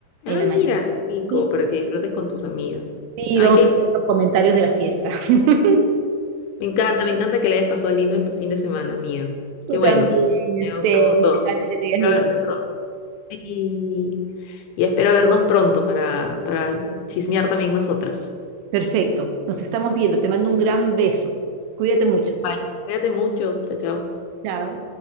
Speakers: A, on the right (about 85°); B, on the left (about 80°).
A: en
B: Ah,
A: la mañana.
B: mira, Nico,
A: Sí,
B: para que disfrutes con tus amigas.
A: sí,
B: Ay,
A: vamos
B: qué
A: a hacer los comentarios de la fiesta. <laughs>
B: Me encanta, me encanta que le hayas pasado lindo en tu fin de semana, amiga.
A: Tú
B: Qué bueno.
A: también, este,
B: Me gusta un montón.
A: me encanta que te hayas
B: Espero
A: divertido.
B: verte pronto. Y, y espero vernos pronto para, para chismear también nosotras.
A: Perfecto, nos estamos viendo. Te mando un gran beso. Cuídate mucho.
B: Bye. Cuídate mucho. Chao, chao.
A: Chao.